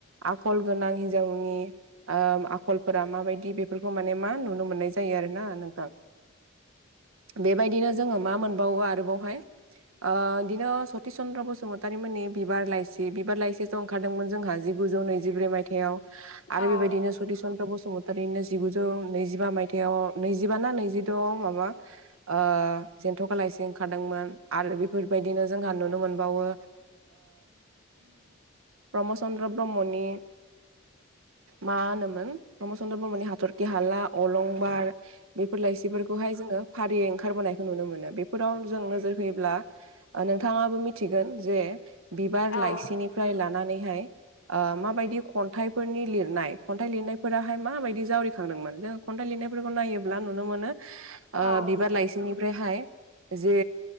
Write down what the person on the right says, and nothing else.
आखल गोनां हिनजावनि आखलफोरा माबायदि बेफोरखौ माने मा नुनो मोननाय जायो आरोना नों बेबायदिनो जोङो मा मोनबावो आरोबावहाय बिदिनो सति चन्द्र बसुमतारि मोननि बिबार लाइसि बिबार लाइसिस' ओंखारदोंमोन जोंहा जिगुजौ नैजि जिब्रै मायथाइयाव आरो
बेबायदिनो सति चन्द्र बसुमतारी थारैनो जिगुजौ नैजिबा मायथयाव नैजिबा ना नैजिद' माबा जेन्थ'खा लायसि ओंखारदोंमोन आरो बेफोरबायदिनो जोंहा नुनो मोनबावो। प्रमद चन्द्र ब्रह्मनि मा होनोमोन प्रमद चन्द्र ब्रह्मनि हाथरखि हाला अलंबार बेफोर लाइसिफोरखौहाय जोङो फारियै ओंखारबोनायखौ नुनो मोनो बेफोराव जों नोजोर नोंथांबो मोनथिगोन जे बिबार
लाइसि फ्राय लानानैहाय। माबायदि खन्थाइफोरनि लिरनाय खन्थाइ लिरनायफोराहाय माबायदि जावरिखांदोंमोन जों खन्थाइ लिरनायफोरखौ नायोब्ला नुनो मोनो
बिबार लाइसिनिफ्रायहाय जे